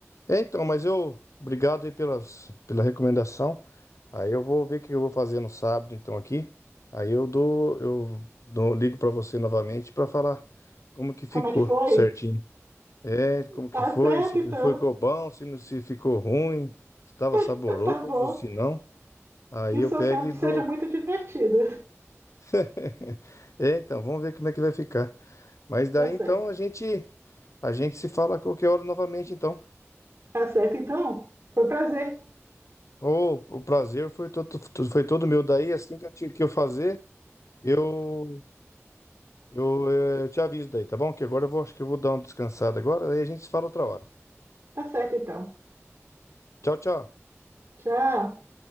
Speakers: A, on the left; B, on the right.
A: É, então, mas eu. Obrigado aí pelas, pela recomendação. Aí eu vou ver o que eu vou fazer no sábado, então, aqui. Aí eu dou, eu dou- ligo para você novamente para falar como que ficou
B: Como é que foi?
A: certinho. É, como que
B: Tá
A: foi,
B: certo,
A: se
B: então.
A: foi ficou bom, se não se ficou ruim, se estava saboroso,
B: <laughs> Tá bom.
A: se não. Aí
B: Que o
A: eu
B: seu
A: pego
B: sábado
A: e dou.
B: seja muito divertido.
A: <laughs> É, então, vamos ver como é que vai ficar. Mas daí
B: Tá certo.
A: então a gente a gente se fala a qualquer hora novamente, então.
B: Tá certo, então. Foi um prazer.
A: O, o prazer foi todo, foi todo meu. Daí, assim que eu, ti- que eu fazer, eu, eu, eh, eu te aviso daí, tá bom? Que agora eu vou, acho que eu vou dar uma descansada agora, daí a gente se fala outra hora.
B: Tá certo, então.
A: Tchau, tchau.
B: Tchau.